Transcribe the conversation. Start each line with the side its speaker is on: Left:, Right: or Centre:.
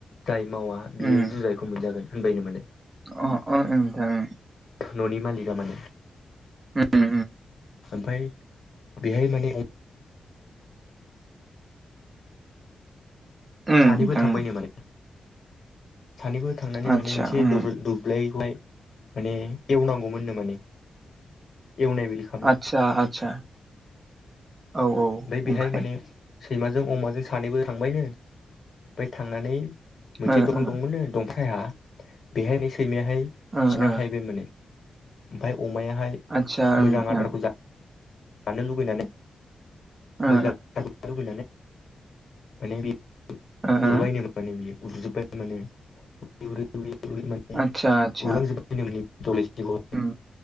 Left: जाय मावा बियो
Right: उम
Left: जुजायखौ मोनजागोन। होनबायनो माने
Right: अ अ ओं नोंथां ओं
Left: न'नि मालिका माने
Right: उम
Left: ओमफाय बेहाय माने <unintelligible>
Right: उम
Left: सानैबो
Right: बिथां
Left: थांबायनो माने‌ सानैबो थांनानै
Right: आदसा
Left: माने मोनसे
Right: उम
Left: दुब्लै- दुब्लैहाय माने एवनांगौमोननो माने एवनाय बायदि खालामनांगौ
Right: आतसा आतसा औ औ
Left: ओमफ्राय बेहाय
Right: ओमफाय?
Left: माने सैमाजों अमाजों सानैबो थांबायनो ओमफाय थांनानै मोनसे
Right: ओ
Left: दखान
Right: ओ
Left: दंमोननो <unintelligible> बेहायनो सैमाहाय
Right: ओ
Left: जिना
Right: ओ
Left: थाहैबाय माने ओमफाय अमायाहाय
Right: आदसा ओं
Left: मोजां
Right: बिथां
Left: आदारखौ जा जानो लुबैनानै
Right: ओ
Left: मोजां <unintelligible> माने बे
Right: ओ
Left: उरबायनो
Right: ओ
Left: माने बेयो उरजोबबाय माने <unintelligible> उरै माने
Right: आदसा आदसा
Left: उरलांजोब्बायनो माने दब्लायसेखौहाय
Right: उम